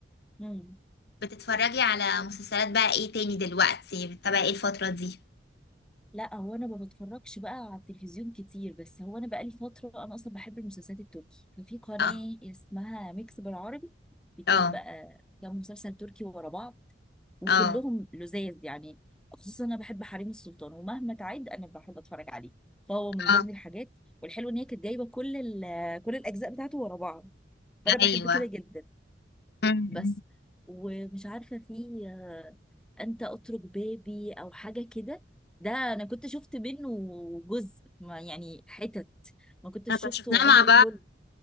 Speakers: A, in the centre; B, on the left.
A: مم.
B: بتتفرجي على مسلسلات بقى ايه تاني دلوقتي بتتابعي ايه الفترة دي
A: لا هو انا ما بتفرجش بقى على التلفزيون كتير بس هو انا بقالي فتره انا اصلا بحب المسلسلات التركي ففي قناه
B: اه
A: اسمها ميكس بالعربي بتجيب
B: اه
A: بقى كام مسلسل تركي ورا بعض وكلهم
B: اه
A: لذاذ يعني خصوصا انا بحب حريم السلطان ومهما تعد انا بحب اتفرج عليه فهو من
B: اه
A: ضمن الحاجات والحلو ان هي كانت جايبه كل ال- كل الاجزاء بتاعته ورا بعض فانا بحب
B: ايوه
A: كده جدا
B: م- م.
A: بس ومش عارفة في آه، أنت أترك بابي أو حاجة كده ده أنا كنت شفت منه جزء ما يعني حتت ما كنتش
B: احنا كنا
A: شفته
B: شفناها مع
A: عمري كله